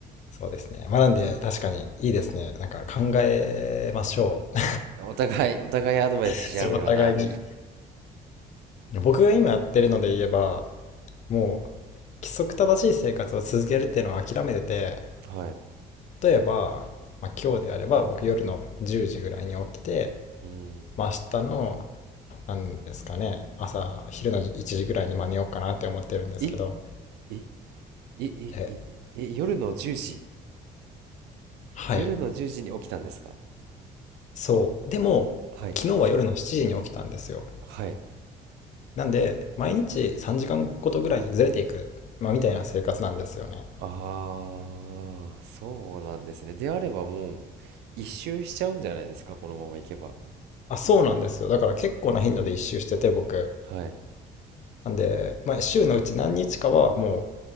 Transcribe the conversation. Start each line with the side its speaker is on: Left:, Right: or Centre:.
Left: そうですね。まあなんで確かにいいですね。なんか考えましょう。
Right: お互い、お互いアドバイスし合うような、
Left: <laughs> そう、お互いに。僕が今やってるので言えば、もう規則正しい生活を続けるっていうのを諦めてて、
Right: はい。
Left: 例えば、まあ、今日であれば僕夜の10時ぐらいに起きて、
Right: うん。
Left: まあ、明日のなんですかね。朝、昼の1時ぐらいにまあ寝ようかなって思ってるんですけど。
Right: え、え、え、え、え、
Left: え、
Right: え、夜の10時
Left: はい。
Right: 夜の10時に起きたんですか
Left: そう。でも、
Right: はい。
Left: 昨日は夜の7時に起きたんですよ。
Right: はい。
Left: なんで、毎日3時間ごとぐらいにずれていく、まあ、みたいな生活なんですよね。
Right: ああ、そうなんですね。であればもう、一周しちゃうんじゃないですか、このままいけば。
Left: あ、そうなんですよ。だから結構な頻度で一周してて、僕。
Right: はい。
Left: なんで、まあ、週のうち何日かはもう